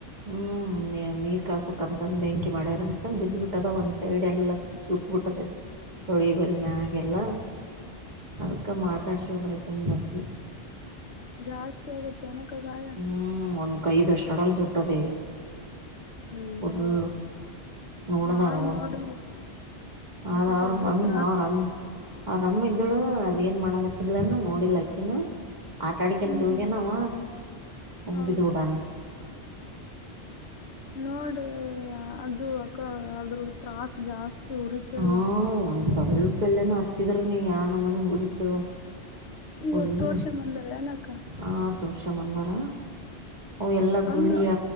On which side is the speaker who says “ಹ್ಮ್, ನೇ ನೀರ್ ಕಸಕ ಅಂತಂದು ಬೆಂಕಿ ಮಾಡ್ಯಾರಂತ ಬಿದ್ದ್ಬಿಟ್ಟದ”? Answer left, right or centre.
Right